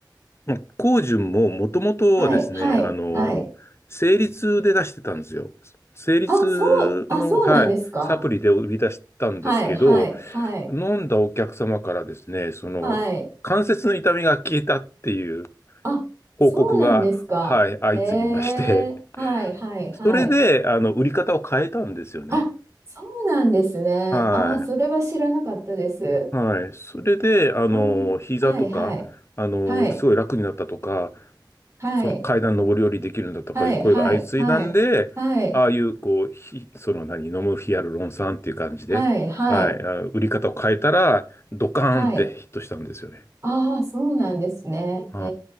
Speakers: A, on the left (about 35°); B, on the right (about 35°).
A: ま光純ももともとはですね、
B: はいはい。
A: あの、
B: はい。
A: 成立で出してたんですよ。成立の、
B: あ、そう、あ、そうなんですか。
A: はい、サプリで売り出したんですけど、
B: はい、はい、はい、
A: 飲んだお客様からですね、その、
B: はい。
A: 関節の痛みが消えたっていう
B: あ、そうなんですか。
A: 報告が、はい、相次ぎまして、
B: へえ、はい、はい、はい。
A: それで、あの、売り方を変えたんですよね。
B: あ、そうなんですね。
A: は
B: あー、それは知らなかったです。
A: い。はい。それで、あの、
B: あー、
A: 膝とか、
B: はい、はい、
A: あの、
B: はい、
A: すごい楽になったとか、
B: はい、
A: その階段上り下りできるんだとかいう声が相次いだんで、
B: はい、はい、はい、はい、
A: ああいう、こう、ひ、その何、飲むヒアルロン酸っていう感じで、
B: はい、はい、
A: はい、あ売り方を変えたら、ドカーンってヒットしたんですよね。
B: はい。ああ、そうなんですね。
A: は
B: え